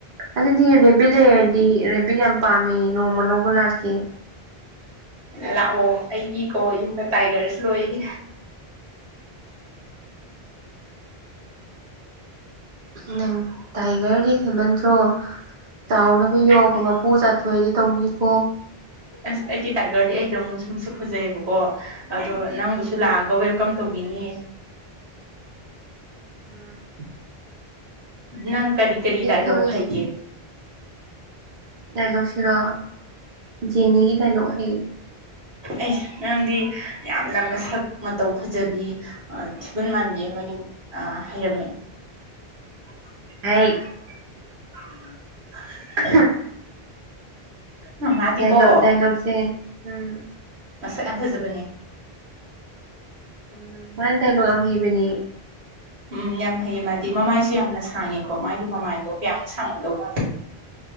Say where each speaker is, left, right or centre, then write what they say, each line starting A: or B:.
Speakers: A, on the right (about 55°); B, on the right (about 80°).
A: ꯑꯗꯨꯗꯤ ꯔꯕꯤ ꯂꯩꯔꯗꯤ ꯔꯦꯕꯤꯠ ꯌꯥꯝ ꯄꯥꯝꯃꯤ ꯅꯣꯡꯃ ꯂꯧꯕ ꯂꯥꯛꯀꯦ
B: ꯂꯥꯛꯑꯣ ꯑꯩꯒꯤꯀꯣ ꯌꯨꯝꯗ ꯇꯥꯏꯒꯔꯁꯨ ꯂꯣꯏꯌꯦ
A: ꯅꯪ ꯇꯥꯏꯒꯔꯗꯤ ꯍꯦꯃꯟꯇ꯭ꯔꯣ ꯆꯥꯎꯅꯕ ꯌꯣꯒ
B: ꯑꯩꯈꯣꯏ
A: ꯃꯄꯨ ꯆꯠ ꯊꯣꯏꯗ ꯇꯧꯅꯤꯀꯣ
B: ꯑꯁ ꯑꯩꯒꯤ ꯇꯥꯏꯒꯔꯗꯤ ꯑꯩꯗꯧꯅ ꯁꯁꯨ ꯐꯖꯩꯑꯕꯀꯣ ꯑꯗꯣ ꯅꯪꯕꯨꯁꯨ ꯂꯥꯛꯑꯒ ꯋꯦꯜ ꯀꯝ ꯇꯧꯕꯤꯅꯤꯌꯦ
A: ꯎꯝ
B: ꯅꯪ ꯀꯔꯤ ꯀꯔꯤ ꯗꯥꯏꯂꯣꯒ
A: ꯇꯧꯔꯤꯁꯦ
B: ꯍꯥꯏꯒꯦ
A: ꯗꯥꯏꯂꯛ ꯁꯔꯣ ꯖꯦꯅꯤꯒꯤ ꯗꯥꯏꯂꯛ ꯍ
B: ꯑꯩꯁ ꯅꯪꯗꯤ ꯌꯥꯝꯅ ꯃꯁꯛ ꯃꯇꯧ ꯐꯖꯕꯤ ꯊꯤꯒꯨꯟ ꯃꯥꯟꯕꯤ ꯑꯃꯒꯤ ꯍꯩꯔꯝꯃꯦ ꯎ
A: ꯍꯥꯏ
B: <inaudible>
A: ꯍ
B: ꯃꯥꯗꯤꯀꯣ
A: ꯗꯥꯏꯂ ꯗꯥꯏꯂꯣꯛꯁꯦ ꯎꯝ
B: ꯃꯁꯛ ꯌꯥꯝ ꯐꯖꯕꯅꯤ
A: ꯎꯝ ꯃꯥꯅ ꯗꯥꯏꯂꯣꯛ ꯌꯥꯝ ꯍꯩꯕꯅꯦ
B: ꯎꯝ ꯌꯥꯝ ꯍꯩꯌꯦ ꯃꯥꯗꯤ ꯃꯃꯥꯏꯁꯨ ꯌꯥꯝꯅ ꯁꯥꯡꯉꯦꯀꯣ ꯃꯥꯒꯤ ꯃꯃꯥꯏꯗꯣ ꯀꯌꯥꯃꯨꯛ ꯁꯥꯡꯉꯝꯗꯧ ꯃꯥꯁꯦ